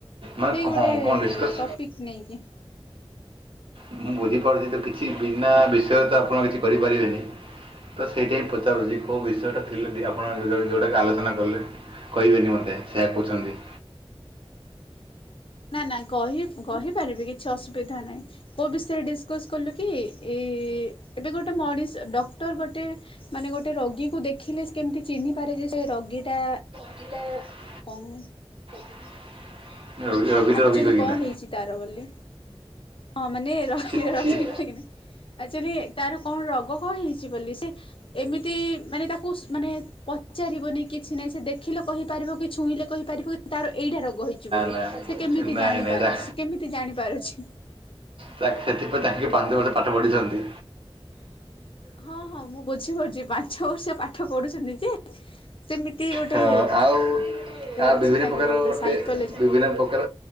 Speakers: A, on the right; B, on the left.
A: ମାନେ
B: ଏଇ ଗୋଟେ
A: ହଁ କଣ ଡିସକସ୍
B: ଟପିକ ନେଇକି।
A: ମୁଁ ବୁଝିପାରୁଛି ତ କିଛି ବିନା ବିଷୟରେ ତ ଆପଣ କିଛି କରିପାରି ବେନି। ତ ସେଇଟା ହିଁ ପଚାରୁଛି କୋଉ ବିଷୟ ଟା ଥିଲା ଆପଣ
B: ନା
A: ଯ
B: ନା
A: ଯୋଉଟାକ ଆଲୋଚନା କଲେ? କହିବେନି ମତେ ସେଆ କହୁଛନ୍ତି।
B: ନା ନା କହି କହିପାରିବି କିଛି ଅସୁବିଧା ନାହିଁ କୋଉ ବିଷୟରେ ଡିସକସ କଲୁ କି ଏ ଏବେ ଗୋଟେ ମଣିଷ ଡକ୍ଟର ଗୋଟେ ମାନେ ଗୋଟେ ରୋଗୀକୁ ଦେଖିଲେ କେମିତି ଚିହ୍ନି ପା ପାରେ ଯେ ସେ ରୋଗୀ ଟା।
A: <unintelligible>
B: କାଇଁ?
A: <inaudible>
B: ଆକ୍ଚୁଆଲି
A: ରୋଗୀ କହିକିନା
B: କଣ ହେଇଛି ତାର ବୋଲି? ହଁ ମାନେ ରଖି
A: ଛି ଛି
B: ରଖି କହିହକ ଆଚୁଆଲି ତାର କଣ ରୋଗ କଣ ହେଇଛି ବୋଲି? ଏମିତି ମାନେ ତାକୁ ମାନେ ପଚାରିବନି କିଛି ନାହିଁ। ସେ ଦେଖିଲ କହିପାରିବ କି ଛୁ ଛୁଇଁଲେ କହିପାରିବୁ କି ତାର ଏଇଟା ରୋଗ ହେଇଛି ବୋଲି।
A: ନା, ନା,
B: ସେ କେମିତି
A: ନାଇଁ
B: ଜାଣିପାରୁଛି
A: ନାଇଁ
B: କେମିତି ଜାଣିପାରୁଛି।
A: ତାତିପ ତା <unintelligible> ପାନ୍ତି ମୋତେ ପାଠ ପଢିଛନ୍ତି।
B: ହଁ ହଁ ମୁଁ ବୁଝିପାରୁଛି ପାଞ୍ଚ ବର୍ଷ ପାଠ ପଢୁଛନ୍ତି ଯେ ସେମତି ଗୋଟେ
A: ହଁ ଆଉ ଆଉ
B: ଅଛି
A: ବିଭିନ୍ନ
B: ତାଙ୍କର
A: ପ୍ରକାର
B: ଗୋଟେ ସାଇକୋଲୋଜି
A: ବିଭିନ୍ନ ପ୍ରକାର